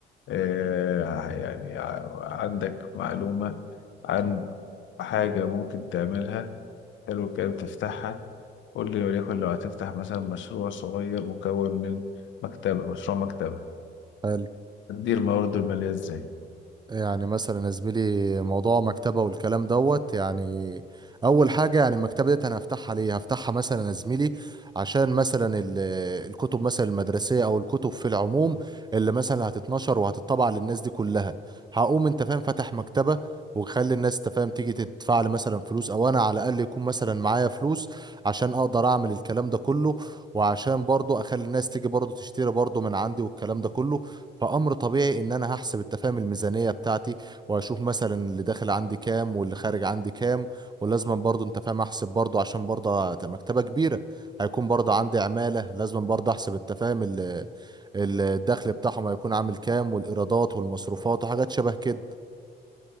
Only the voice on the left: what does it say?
آه، يعني ع- عندك معلومة عن حاجة ممكن تعملها حلو كده تفتحها قول لي وليكن لو هتفتح مثلا مشروع صغير مكون من مكتبة مشروع مكتبة
تدير موارده المالية إزاي